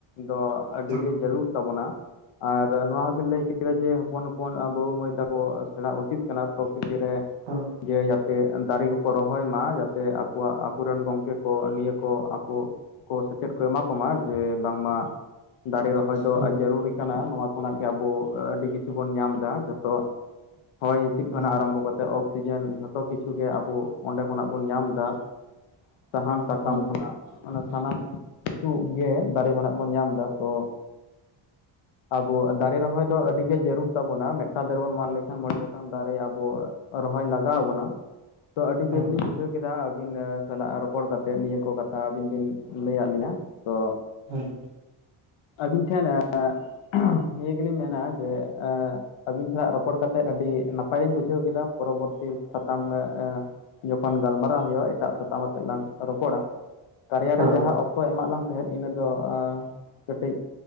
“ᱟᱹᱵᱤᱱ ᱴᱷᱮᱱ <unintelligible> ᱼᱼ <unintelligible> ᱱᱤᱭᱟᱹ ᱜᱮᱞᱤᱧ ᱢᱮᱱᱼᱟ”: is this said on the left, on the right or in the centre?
Left